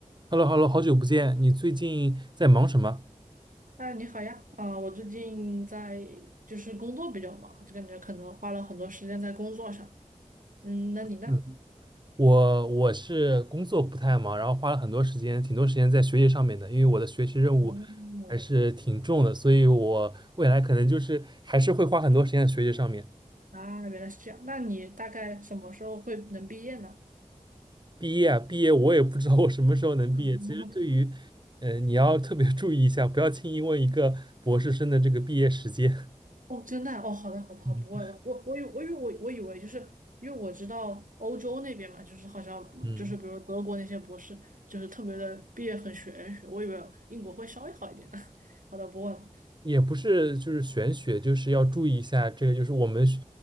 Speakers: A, on the right; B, on the right.
A: h e l l o h e l l o 好久不见，你最近在忙什么？
B: 啊，你好呀，啊、我最近在就是工作比较忙，就感觉可能花了很多时间在工作上。嗯，那你呢？
A: 嗯，我我是工作不太忙，然后花了很多时间，挺多时间在学习上面的，因为我的学习任务
B: 哦，
A: 还是挺重的，所以我未来可能就是还是会花很多时间在学习上面。
B: 啊，原来是这样。那你大概什么时候会能毕业呢？
A: 毕业啊，毕业我也不知道我什么时候能毕业。
B: <laughs>
A: 其实对于，呃，你要特别注意一下，不要轻易问一个博士生的这个毕业时间。
B: 哦，真的啊哦，好的，好的，好，
A: <laughs>
B: 不问了。
A: 嗯
B: 我我以我以为我我以为就是因为我知道欧洲那边嘛，就是好像嗯就是比如德国那些博士，
A: 嗯。
B: 就是特别的毕业很玄学，我以为英国会稍微好一点的。<laughs> 好的，不问了。
A: 也不是就是玄学，就是要注意一下这个，就是我们学